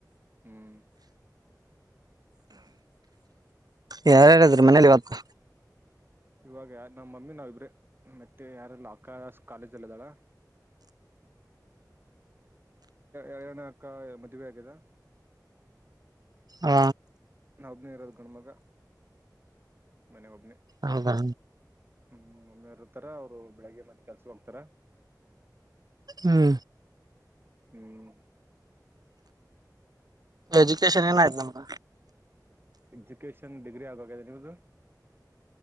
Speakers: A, on the right; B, on the right.
A: ಹ್ಮ್
B: ಯಾರ್ಯಾರ್ ಇದ್ರ್ ಮನೇಲಿ ಇವತ್ತು
A: ಇವಾಗ ಯ ನಮ್ಮ ಮಮ್ಮಿ ನಾವಿಬ್ರೆ ಮತ್ತೆ ಯಾರಲ್ಲ ಅಕ ಕಾಲೇಜ್ ಅಲ್ಲ ಅದಳ. ಎರಡನೇ ಅಕ್ಕ ಮದುವೆ ಆಗದ
B: ಹ
A: ನಾ ಒಬ್ನೇ ಇರುವ ಮಗ ಮನೆ ಒಬ್ನಿ
B: ಹೌದಾ
A: ಹ್ಮ್ ಮಮ್ಮೆರ್ತಾರ ಅವ್ರು ಬೆಳಿಗ್ಗೆ ಮತ್ತೆ ಕೆಲ್ಸ ಹೋಗ್ತಾರ
B: ಹ್ಮ್
A: ಹ್ಮ್
B: ವೆಜುಕೇಶನ್ ಏನಯ್ತು ನಮ್ರ
A: ಎಜುಕೇಶನ್ ಡಿಗ್ರಿ ಆಗಾಗಿದೆ ನೀವುದು.